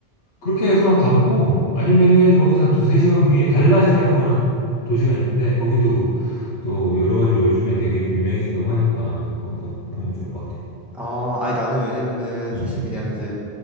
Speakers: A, on the left; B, in the centre.
A: 그렇게 해서 가보고,
B: 어.
A: 아니면은 거기서 한 두세 시간 위에 달랏이라고 하는 도시가 있는데, 거기도 또 여러 가지로 요즘에 되게 좀 유명해진다고 하니까, 거기도 한번 보면 좋을 것 같아.
B: 아, 아니 나는 왜냐면은
A: 음,
B: 사실
A: 음.
B: 그냥 이제